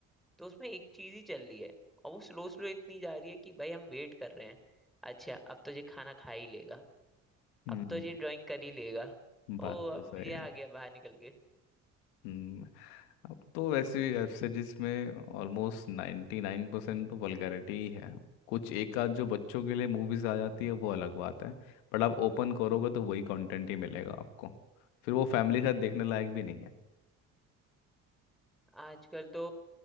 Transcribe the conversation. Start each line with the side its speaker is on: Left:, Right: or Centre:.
Centre: तो उसमें एक चीज ही चल रही है और वो स्लो स्लो इतनी जा रही है कि भाई हम वेट कर रहे हैं अच्छा अब तो ये खाना खा ही लेगा
Left: हम्म
Centre: अब तो ये ड्राइंग कर ही लेगा ओ
Left: बात
Centre: अब
Left: तो सही
Centre: ये
Left: है
Centre: आ गया बाहर निकल के
Left: हम्म अब तो वैसे भी वेब सीरीज में ऑलमोस्ट नाइन्टी नाइन परसेंट तो वल्गैरिटी ही है कुछ एक आध जो बच्चों के लिए मूवीज आ जाती है वो अलग बात है बट आप ओपन करोगे तो वही कंटेंट ही मिलेगा आपको फिर वो फैमिली के साथ देखने लायक भी नहीं है
Centre: आजकल तो